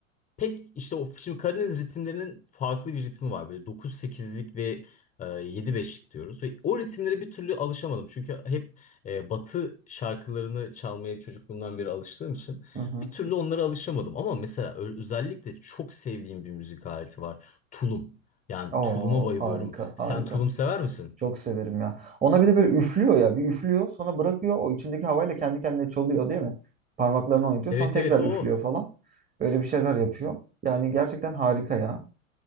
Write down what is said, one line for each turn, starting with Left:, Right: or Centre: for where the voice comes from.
Left: Pek işte o şimdi Karadeniz ritimlerinin farklı bir ritmi var. Böyle dokuz sekizlik ve e, 7-5'lik diyoruz. Ve o ritimlere bir türlü alışamadım. Çünkü hep e, Batı şarkılarını çalmaya çocukluğumdan beri alıştığım için
Right: Hı hı.
Left: bir türlü onlara alışamadım. Ama mesela ö- özellikle çok sevdiğim bir müzik aleti var. Tulum. Yani
Right: Oo,
Left: tuluma bayılıyorum.
Right: harika,
Left: Sen
Right: harika.
Left: tulum sever misin?
Right: Çok severim ya. Ona bir de böyle üflüyor ya. Bir üflüyor sonra bırakıyor. O içindeki havayla kendi kendine çalıyor değil mi? Parmaklarını oynatıyor.
Left: Evet
Right: Sonra tekrar
Left: evet o.
Right: üflüyor
Left: o.
Right: falan. Öyle bir şeyler yapıyor. Yani gerçekten harika ya.